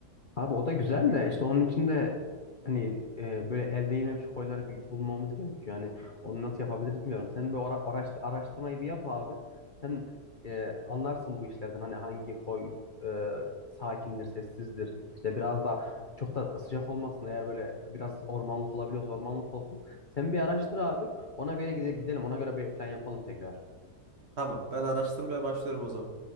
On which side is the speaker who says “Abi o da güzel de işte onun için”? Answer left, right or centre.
Left